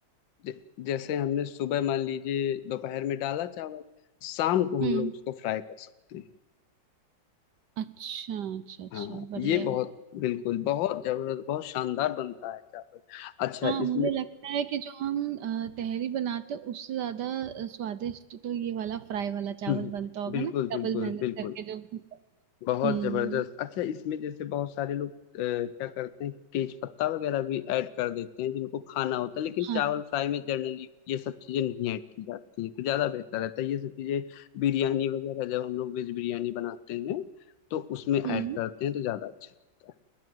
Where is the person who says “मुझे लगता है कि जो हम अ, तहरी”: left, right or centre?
Right